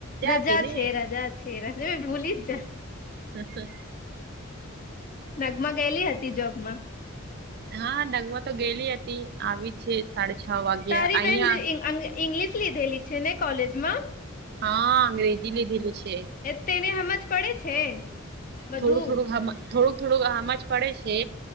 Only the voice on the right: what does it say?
હતી ને
હહ હહ
હા નગમાં તો ગેયલી હતી. આવી છે સાડા છ વાગ્યા
અહીંયા
હા અંગ્રેજી લીધેલી છે.
થોડું થોડુંક હમ થોડુંક-થોડુંક હમજ પડે છે.